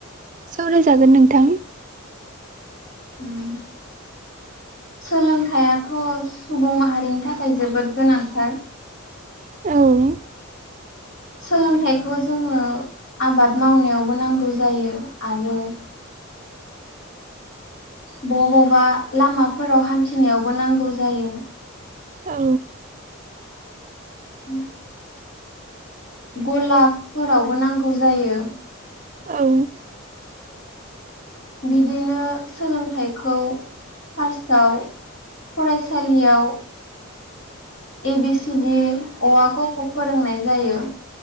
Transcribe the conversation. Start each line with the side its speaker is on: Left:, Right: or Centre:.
Right: सावरायजागोन नोंथां।
Left: उम सोलोंथाइाथ' सुबुं माहारिनि थाखाय जोबोद गोनांथार
Right: औ
Left: सोलोंथाइखौ जोङो आबाद मावनायावबो नांगौ जायो आरो बबावबा लामाफोराव हान्थिनायावबो नांगौ जायो।
Right: औ
Left: <inaudible> गलाबफोरावबो नांगौ जायो।
Right: औ
Left: बिदिनो सोलोंथाइखौ फार्स्टआव फरायसालियाव ए बि सि दि अ आ क ख खौ फोरोंनाय जायो।